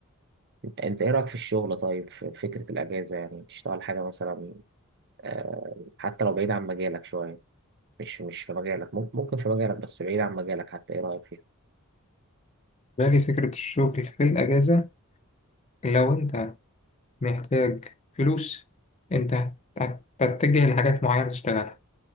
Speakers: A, on the right (about 55°); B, on the left (about 30°).
A: أنت إيه رأيك في الشغل طيب في فكرة الأجازة يعني تشتغل حاجة مثلا آه، حتى لو بعيد عن مجالك شوية مش مش في مجالك مم- ممكن في مجالك بس بعيد عن مجالك حتى إيه رأيك فيها
B: باقي فكرة الشغل في الأجازة لو أنت محتاج فلوس أنت هت- هتتجه لحاجات معينة تشتغلها